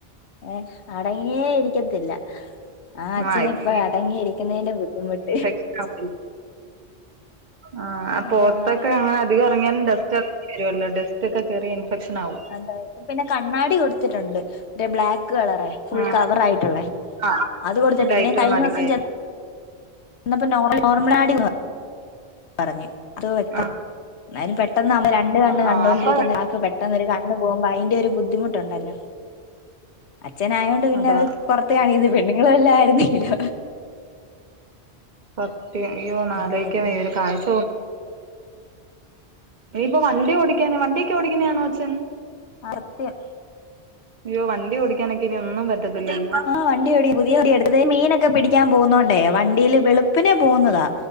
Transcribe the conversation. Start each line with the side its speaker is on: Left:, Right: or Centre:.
Left: ഏ അടങ്ങിയേ ഇരിക്കത്തില്ല ആ അച്ഛന്
Right: ആഹ് ഇപ്പ
Left: ഇപ്പൊ അടങ്ങിയിരിക്കുന്നതിന്റെ ബുദ്ധിമുട്ട്
Right: ക്കെ ആ അപ്പൊ
Left: ആഹ്
Right: പുറത്തൊക്കെ അങ്ങനെ അധികം ഇറങ്ങിയാലും ഡസ്ട്ടൊക്കെ കേറി ഇൻഫെക്ഷൻ ആവും
Left: അതായപ്പ പിന്നെ കണ്ണാടി കൊടുത്തിട്ടുണ്ട്റ്റേ ബ്ലാക്ക് കളറ ഫുൾ
Right: ആഹ്
Left: കവർ ആയിട്ടുള്ളേ
Right: ആഹ്
Left: അത് കൊടുത്ത
Right: ലൈറ്റ്
Left: പിന്നെ കഴിഞ്ഞ
Right: ഒന്നും അടിക്കായി
Left: ദിവസം ച എന്നന്നപ്പോ നോർമൽ ആടി പോ <unintelligible> പറഞ്ഞു അതോ വെ
Right: ആഹ്
Left: എായാലും പെട്ടെന്ന് നമ്മൾ രണ്ട കണ്ണ്
Right: ആഹ്
Left: കണ്ടൊണ്ടിരിക്കുന്നരാൾക്ക്
Right: ആഹ് അപ്പൊ
Left: പെട്ടെന്ന് ഒരു കണ്ണ് പോകുമ്പോ അയ്‌ന്റെ ഒരു ബുദ്ധിമുട്ടുണ്ടല്ലോ അച്ഛനയതോൊണ്ട് പിന്നെ
Right: അതാ
Left: അത് പുറത്ത് കാണിക്കുന്ന പെണ്ണുങ്ങൾെല്ലാം ആയിരുന്നല്ലോ
Right: സത്യം അയ്യോ ഒന്നാലോയ്ക്കൻ
Left: അങ്ങനെ ഇരിക്കുന്നു
Right: വയ്യ ഒരു കാഴ്ച ഇപ്പോൾ വണ്ടിയോടിക്കാനൊക്ക്വ വണ്ടിയൊടിക്കുന്നയാണോ അച്ഛൻ
Left: അത്യം
Right: അയ്യോ വണ്ടി ഓടിക്കാനൊക്കെ ഇനി ഒന്നും പറ്റത്തില്ലല്ലോ
Left: ആ വണ്ടിയോടി പുതിയ എടുത്ത് മീനൊക്കെ പിടിക്കാൻ പോവുന്നോണ്ടേ വണ്ടിയിൽ വെളുപ്പിനെ പോകുന്നതാ